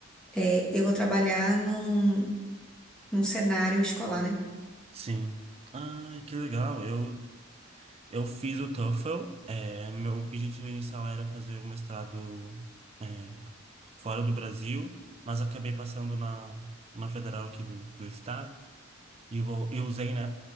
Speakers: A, in the centre; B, on the right.
A: é, eu vou trabalhar num, num cenário escolar, né?
B: Sim. Ah, que legal. Eu, eu fiz o TOEFL. É, meu objetivo inicial era fazer o mestrado, é, fora do Brasil, mas acabei passando na, na federal aqui do, do estado e, vou, e usei, né,